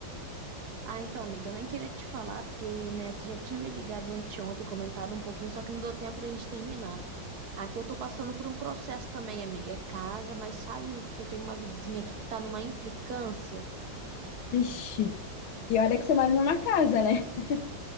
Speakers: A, on the right; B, on the left.
A: Ah, então, amiga, eu nem queria te falar, porque, né, você já tinha me ligado anteontem, comentado um pouquinho, só que não deu tempo da gente terminar. Aqui eu tô passando por um processo também, amiga. É casa, mas sabe que eu tenho uma vizinha aqui que tá numa implicância?
B: Vixe, e olha que você mora numa casa, né? <laughs>